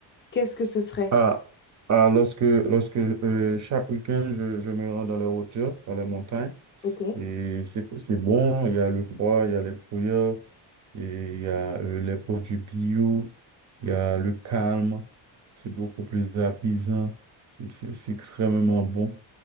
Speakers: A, on the left; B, on the right.
A: qu'est-ce que ce serait?
B: Ah, ah, lorsque lorsque euh, chaque week-end, je, je me rends dans les hauteurs, dans les montagnes,
A: Ok.
B: et c'est c'est bon, il y a le froid, il y a les brouillards, Et il y a euh, les produits bio, il y a le calme, c'est beaucoup plus apaisant, c'est c'est- c'est extrêmement bon.